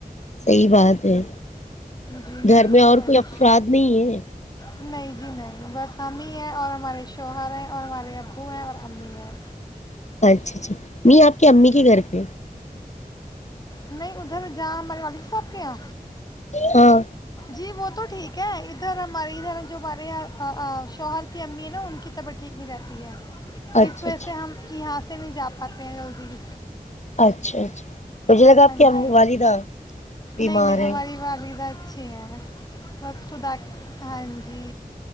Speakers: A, on the left; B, on the left.
A: صحی بات ہے
B: جی
A: گھر
B: جی
A: میں
B: اس
A: اور
B: وجہ
A: کوئی افراد
B: سے
A: نہیں ہے
B: نہیں جی نہیں بس ہم ہی ہیں اور ہمارے شوہر ہیں اور ہمارے ابو ہیں اور امی ہیں
A: اچھا اچھا م آپ کی امی کے گھر پہ ہے
B: نہیں ادھر جاں مروی سحب کیا
A: ہاں
B: جی ب تو ٹھیک ہے ادھر ہمارے ادھر ہم جو ہمارے شوہر کی امی ہے نا ان کی طبیعت ٹھیک نہیں رہتی ہے
A: اچھا
B: اس وج
A: اچھا
B: سے ہم یہاں سے نہیں جا پاتے ہیں جلدی بھی
A: اچھا اچھا مجھے لگا آپ کیا
B: جی
A: والدہ بیمار
B: نہیں نہیں
A: ہے
B: ہماری والدہ اچھی ہے بس خدا ہاں جی